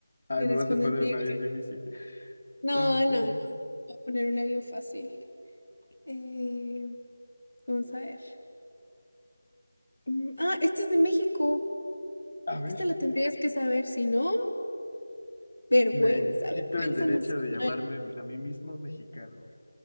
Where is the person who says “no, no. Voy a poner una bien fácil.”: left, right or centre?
Left